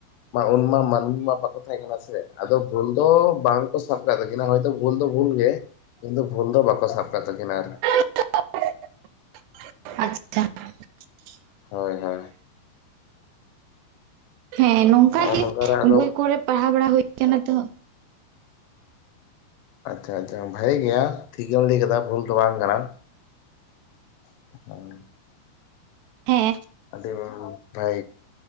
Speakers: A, on the left (about 80°); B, on the right (about 80°).
A: ᱢᱟ ᱩᱱᱢᱟ ᱢᱟᱹᱱᱢᱤ ᱢᱟ ᱵᱟᱠᱚ ᱛᱟᱦᱮᱸ ᱠᱟᱱᱟ ᱥᱮ ᱟᱫᱚ ᱵᱷᱩᱞ ᱫᱚ ᱵᱟᱝᱠᱚ ᱥᱟᱵ ᱠᱟᱜ ᱠᱤᱱᱟ ᱦᱚᱭᱛᱚ ᱵᱷᱩᱞ ᱫᱚ ᱵᱷᱩᱞ ᱜᱮ ᱠᱤᱱᱛᱩ ᱵᱷᱩᱞ ᱫᱚ ᱵᱟᱠᱚ ᱥᱟᱵ ᱠᱟᱜ ᱛᱟᱹᱠᱤᱱᱟ ᱟᱨ
B: <unintelligible> ᱟᱪᱪᱷᱟ <unintelligible>
A: ᱦᱳᱭ ᱦᱳᱭ
B: ᱦᱮᱸ ᱱᱚᱝᱠᱟ
A: ᱦᱚᱜᱼᱚ
B: ᱜᱮ
A: ᱱᱚᱝᱠᱟᱨᱮ ᱟᱫᱚ
B: ᱵᱳᱭ ᱠᱚᱨᱮ ᱯᱟᱲᱦᱟᱣ ᱵᱟᱲᱟ ᱦᱩᱭ ᱠᱟᱱᱟ ᱛᱚ᱾
A: ᱟᱪᱪᱷᱟ ᱟᱪᱪᱷᱟ ᱵᱷᱟᱹᱜᱤ ᱜᱮᱭᱟ ᱴᱷᱤᱠ ᱜᱮᱢ ᱞᱟᱹᱭ ᱠᱟᱫᱟ ᱵᱷᱩᱞ ᱫᱚ ᱵᱟᱝ ᱠᱟᱱᱟ᱾ <inaudible>
B: ᱦᱮᱸ
A: ᱟᱰᱤ <unintelligible>